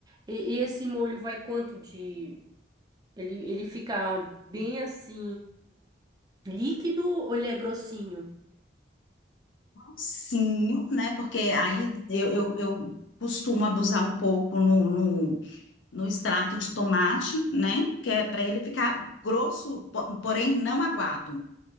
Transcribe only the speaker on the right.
E- e esse molho vai quanto de... Ele, ele fica bem assim, líquido ou ele é grossinho?